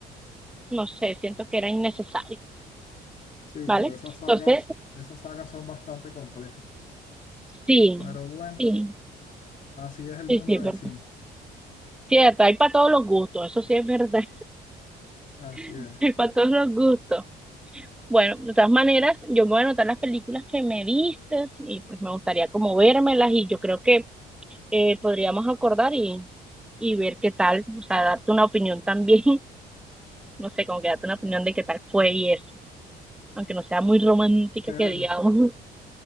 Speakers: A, in the centre; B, on the left.
A: no sé, siento que era innecesario,
B: Sí,
A: ¿vale?
B: pero esas sagas,
A: Entonces,
B: esas sagas son bastante complejas.
A: sí,
B: Pero bueno,
A: sí,
B: así es el
A: sí,
B: mundo
A: sí, es
B: del
A: verdad.
B: cine.
A: Cierto, hay para todos los gustos, eso sí es verdad,
B: Así
A: <laughs>
B: es.
A: hay para todos los gustos. Bueno, de todas maneras, yo me voy a anotar las películas que me vistes y pues me gustaría como vérmelas y yo creo que eh, podríamos acordar y, y ver qué tal, o sea, darte una opinión también. no sé, como que darte una opinión de qué tal fue y eso, aunque no sea muy romántica
B: Chévere.
A: que digamos.